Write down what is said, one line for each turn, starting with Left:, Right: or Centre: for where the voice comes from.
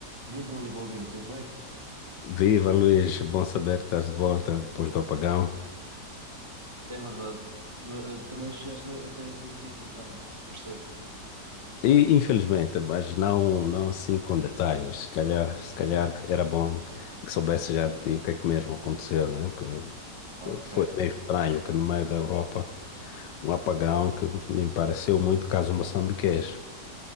Right: Viva Leopoldino, tudo bem?
Left: Viva Luís, bom saber que estás de volta depois do apagão.
Right: É verdade. No- eh, Também chegaste a a ter esta notícia, então perce- percebo.
Left: E infelizmente, mas não, não assim com detalhes. Se calhar, se calhar era bom que soubesse já de ti o que é que mesmo aconteceu, né? Que
Right: Ok.
Left: que foi meio estranho que no meio da Europa um apagão que me pareceu muito caso moçambiquês.